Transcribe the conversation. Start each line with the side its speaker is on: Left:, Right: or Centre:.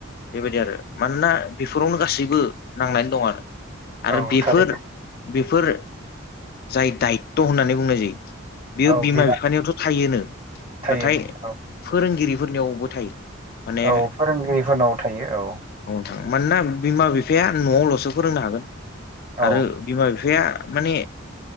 Left: बेबायदि आरो मानोना बिफोरावनो गासैबो नांनानै दं आरो आरो
Right: औ
Left: बेफोर
Right: थारैनो
Left: बेफोर जाय दायत' होननानै बुंनाय जायो। बेयो
Right: औ
Left: बिमा
Right: बिबान
Left: बिफानियावथ' थायोनो
Right: थायो
Left: नाथाय
Right: औ
Left: फोरोंगिरिफोरनियावबो थायो। माने
Right: औ फोरोंगिरिफोरनाव थायो औ
Left: औ नोंथां मानोना बिमा बिफाया न'आवल'सो फोरोंनो हागोन
Right: औ
Left: आरो बिमा बिफाया माने